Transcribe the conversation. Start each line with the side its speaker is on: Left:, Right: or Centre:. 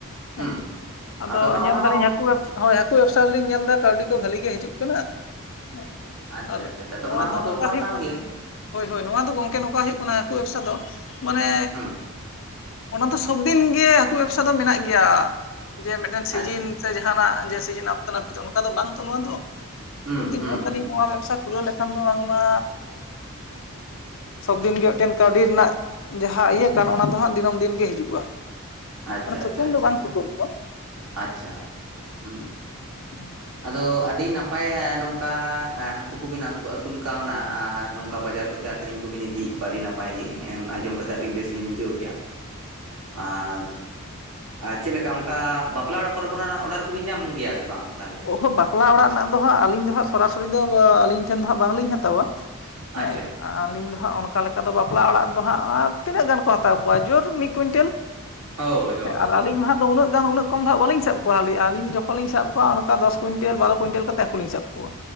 Right: ᱦᱩᱸ
Left: ᱦᱮᱸ ᱟᱫᱚ
Right: ᱵᱟᱝ
Left: ᱧᱮᱞ
Right: ᱚᱱᱟ
Left: ᱫᱟᱹᱞᱤᱧ
Right: ᱦᱚᱸ
Left: ᱦᱟᱹᱠᱩ ᱵᱮᱵᱥᱟᱼᱼ ᱦᱳᱭ ᱦᱟᱹᱠᱩ ᱵᱮᱵᱥᱟ ᱨᱮᱞᱤᱧ ᱧᱮᱞ ᱫᱟ ᱠᱟᱹᱣᱰᱤ ᱠᱚ ᱵᱷᱟᱹᱞᱤ ᱜᱮ ᱦᱤᱡᱩᱜ ᱠᱟᱱᱟ ᱦᱮᱸᱼᱼ
Right: ᱟᱪᱪᱷᱟ
Left: ᱟᱨ
Right: ᱟᱪᱪᱷᱟ ᱟᱪᱪᱷᱟ ᱟᱫᱚ
Left: ᱱᱚᱣᱟ
Right: ᱚᱱᱟ
Left: ᱫᱚ
Right: ᱦᱚᱸ
Left: ᱱᱚᱝᱠᱟ
Right: ᱫᱚᱨᱠᱟᱨ
Left: ᱦᱳᱭᱳᱜ
Right: ᱠᱟᱱ
Left: ᱠᱟᱱᱟ᱾
Right: ᱜᱮᱭᱟ
Left: ᱦᱳᱭ ᱦᱳᱭ ᱱᱚᱣᱟ ᱫᱚ ᱜᱚᱝᱠᱮ ᱱᱚᱝᱠᱟ ᱦᱳᱭᱳᱜ ᱠᱟᱱᱟ ᱦᱟᱹᱠᱩ ᱵᱮᱵᱥᱟ ᱫᱚ ᱢᱟᱱᱮᱼᱼ
Right: ᱦᱩᱸ
Left: ᱚᱱᱟ ᱫᱚ ᱥᱚᱵ ᱫᱤᱱ ᱜᱮ ᱦᱟᱹᱠᱩ ᱵᱮᱵᱥᱟ ᱫᱚ ᱢᱮᱱᱟᱜ ᱜᱮᱭᱟ ᱡᱮ ᱢᱤᱫᱴᱮᱱ ᱥᱤᱡᱤᱱᱼᱼ
Right: ᱟᱪᱪᱷᱟ
Left: ᱥᱮ ᱡᱟᱦᱟᱱᱟᱜ ᱡᱮ ᱥᱤᱡᱤᱱ ᱟᱯᱛᱚ ᱱᱟᱹᱯᱤᱛᱚᱜ ᱚᱱᱠᱟ ᱫᱚ ᱵᱟᱝ ᱛᱚ ᱱᱚᱣᱟ ᱫᱚ
Right: ᱦᱩᱸ
Left: ᱥᱚᱵᱫᱤᱱ
Right: ᱦᱩᱸ
Left: ᱧᱮᱞ ᱫᱟᱹᱞᱤᱧ
Right: ᱦᱩᱸ
Left: ᱱᱚᱣᱟ ᱵᱮᱵᱥᱟᱼᱼ ᱠᱷᱩᱞᱟᱹᱣ ᱞᱮᱠᱷᱟᱱ ᱫᱚ ᱵᱟᱝᱢᱟᱼᱼ
Right: <inaudible>
Left: ᱥᱚᱵᱽᱫᱤᱱ ᱜᱮ ᱢᱤᱫᱴᱮᱱ ᱠᱟᱹᱣᱰᱤ ᱨᱮᱱᱟᱜ ᱡᱟᱦᱟᱸ ᱤᱭᱟᱹ ᱠᱟᱱ ᱚᱱᱟ ᱫᱚ ᱦᱟᱸᱜ ᱫᱤᱱᱟᱹᱢ ᱫᱤᱱ ᱜᱮ ᱦᱤᱡᱩᱜᱼᱟ᱾
Right: ᱟᱪᱪᱷᱟ
Left: ᱢᱟᱱᱮ ᱛᱷᱩᱠᱩᱢ
Right: ᱟᱪᱪᱷᱟ ᱟᱪᱪᱷᱟ
Left: ᱫᱚ ᱵᱟᱝ
Right: ᱟᱪᱪᱷᱟ
Left: ᱛᱷᱩᱠᱩᱢᱚᱜᱼᱟ
Right: ᱟᱪᱪᱷᱟ ᱦᱩᱸ᱾
Left: ᱦᱩᱸ᱾
Right: ᱟᱫᱚ ᱟᱹᱰᱤ ᱱᱟᱯᱟᱭ ᱱᱚᱝᱠᱟ ᱦᱟᱹᱠᱩ ᱠᱚᱵᱤᱱ ᱟᱹᱥᱩᱞ ᱠᱟᱣᱱᱟ ᱟᱨ ᱱᱚᱝᱠᱟ ᱵᱟᱡᱟᱨ ᱠᱚᱛᱮᱼᱼ ᱟᱠᱷᱨᱤᱧ ᱠᱚᱵᱤᱱ ᱤᱫᱤᱭᱮᱫ ᱠᱚᱣᱟ ᱟᱹᱰᱤ ᱱᱟᱯᱟᱭ ᱜᱮ ᱦᱮᱸ ᱟᱸᱡᱚᱢ ᱠᱟᱛᱮᱜ ᱟᱹᱰᱤ ᱵᱮᱥᱞᱤᱧ ᱵᱩᱡᱷᱟᱹᱣ ᱠᱮᱜᱼᱟ᱾ ᱟᱨᱼᱼ ᱟᱨ ᱪᱮᱫᱞᱮᱠᱟ ᱚᱱᱠᱟ ᱵᱟᱯᱞᱟ ᱚᱲᱟᱜ ᱠᱚᱨᱮ ᱠᱷᱚᱱᱟᱜ ᱚᱰᱟᱨ ᱠᱚᱵᱤᱱ ᱧᱟᱢ ᱜᱮᱭᱟ ᱥᱮ ᱵᱟᱝ? ᱛᱟᱦᱚᱞᱮ
Left: ᱚᱦᱚ ᱵᱟᱯᱞᱟ ᱚᱲᱟᱜ ᱨᱮᱱᱟᱜ ᱫᱚ ᱦᱟᱸᱜ ᱟᱹᱞᱤᱧ ᱫᱚ ᱦᱟᱸᱜ ᱥᱚᱨ ᱥᱚᱨᱤ ᱫᱚ ᱟᱹᱞᱤᱧ ᱴᱷᱮᱱ ᱫᱚ ᱦᱟᱸᱜ ᱵᱟᱝᱞᱤᱧ ᱦᱟᱛᱟᱣᱼᱼ ᱦᱟᱛᱟᱣ-ᱟ ᱦᱮᱸ᱾
Right: ᱟᱪᱪᱷᱟ
Left: ᱟᱹᱞᱤᱧ ᱫᱚ ᱦᱟᱸᱜ ᱚᱱᱠᱟ ᱞᱮᱠᱟ ᱫᱚ ᱵᱟᱯᱞᱟ ᱚᱲᱟᱜ ᱨᱮ ᱫᱚ ᱦᱟᱸᱜ ᱛᱤᱱᱟᱹᱜ ᱜᱟᱱ ᱠᱚ ᱦᱟᱛᱟᱣ ᱠᱚᱣᱟ ᱡᱳᱨ ᱢᱤᱫ ᱠᱩᱭᱤᱱᱴᱮᱞ᱾
Right: <inaudible> ᱦᱳᱭ
Left: ᱟᱨ
Right: ᱦᱳᱭ
Left: ᱟᱹᱞᱤᱧ ᱢᱟ
Right: ᱦᱳᱭ
Left: ᱦᱟᱸᱜ ᱫᱚ ᱩᱱᱟᱹᱜ ᱜᱟᱱ ᱩᱱᱟᱹᱜᱼᱼ ᱠᱚᱢ ᱫᱚ ᱦᱟᱜ ᱵᱟᱞᱤᱧ ᱥᱟᱵ ᱠᱚᱣᱟ ᱟᱞᱤ ᱟᱹᱞᱤᱧ ᱫᱚ ᱡᱚᱠᱷᱚᱱᱞᱤᱧ ᱥᱟᱵ ᱠᱚᱣᱟ ᱚᱱᱠᱟ ᱫᱚᱥ ᱠᱩᱭᱮᱱᱴᱮᱞ ᱵᱟᱨᱚ ᱠᱩᱭᱮᱱᱴᱮᱞ ᱠᱟᱛᱮ ᱦᱟᱹᱠᱩᱞᱤᱧ ᱥᱟᱵ ᱠᱚᱣᱟ᱾